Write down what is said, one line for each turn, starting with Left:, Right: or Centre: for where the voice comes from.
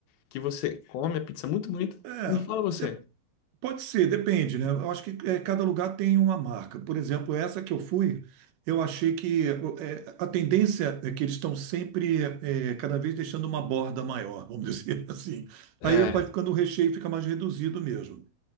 Left: que você come a pizza muito bonita.
Right: É,
Left: Me fala você.
Right: de- pode ser, depende, né? Eu acho que é, cada lugar tem uma marca. Por exemplo, essa que eu fui, eu achei que é, a tendência é que eles estão sempre é, cada vez deixando uma borda maior, vamos <laughs> dizer assim.
Left: É,
Right: Aí vai ficando o recheio fica mais reduzido mesmo.